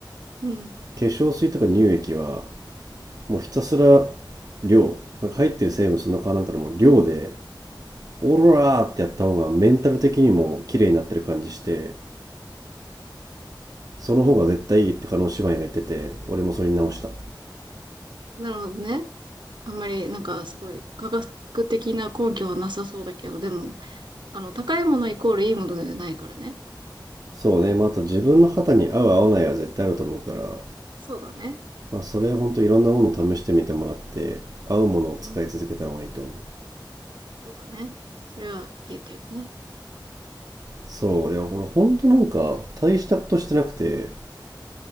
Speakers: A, on the right; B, on the right.
A: うん。
B: 化粧水とか乳液はもうひたすら量なんか入ってる成分そのかなんかのもう量でオーロラーってやった方がメンタル的にも綺麗になってる感じしてその方が絶対いいって加納姉妹が言ってて俺もそれに直した
A: なるほどね。あんまり、なんか、すごい、科学的な根拠はなさそうだけど、でも、あの、高いものイコールいいものではないからね。
B: そうねまああと自分の肌に合う合わないは絶対あると思うから
A: そうだね。
B: まあそれは本当いろんなものを試してみてもらって合うものを使い続けた方がいいと思う
A: うん。そうだね。それは言えてるね。
B: そういやこれ本当なんか大したことしてなくて